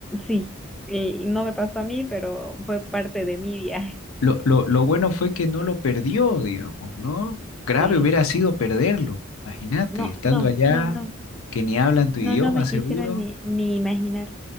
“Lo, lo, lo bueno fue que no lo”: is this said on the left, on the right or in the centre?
Left